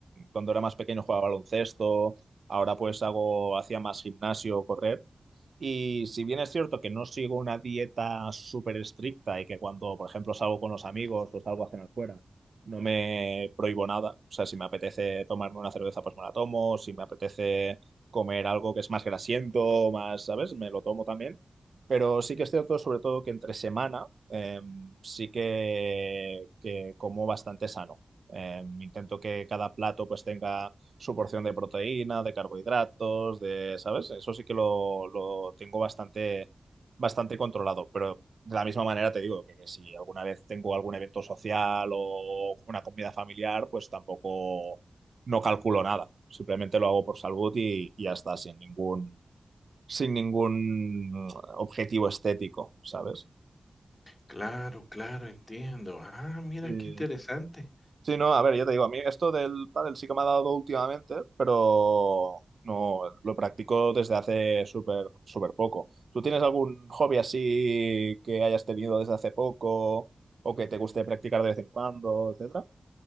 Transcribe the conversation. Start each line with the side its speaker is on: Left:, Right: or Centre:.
Right: cuando era más pequeño jugaba baloncesto, ahora pues hago, hacía más gimnasio, correr. Y si bien es cierto que no sigo una dieta súper estricta y que cuando, por ejemplo, salgo con los amigos o salgo a cenar fuera, no me prohíbo nada. O sea, si me apetece tomarme una cerveza, pues me la tomo. Si me apetece comer algo que es más grasiento, más, ¿sabes? Me lo tomo también. Pero sí que es cierto, sobre todo, que entre semana eh, sí que, que como bastante sano. Eh, intento que cada plato pues tenga su porción de proteína, de carbohidratos, de, ¿sabes? Eso sí que lo, lo tengo bastante, bastante controlado, pero de la misma manera te digo que, que si alguna vez tengo algún evento social o una comida familiar, pues tampoco no calculo nada. Simplemente lo hago por salud y, y ya está, sin ningún, sin ningún objetivo estético, ¿sabes?
Left: Claro, claro, entiendo. Ah, mira
Right: Sí.
Left: qué interesante.
Right: Sí, no, a ver, ya te digo, a mí esto del pádel sí que me ha dado últimamente, pero no lo practico desde hace súper súper poco. ¿Tú tienes algún hobby así que hayas tenido desde hace poco o que te guste practicar de vez en cuando, etcétera?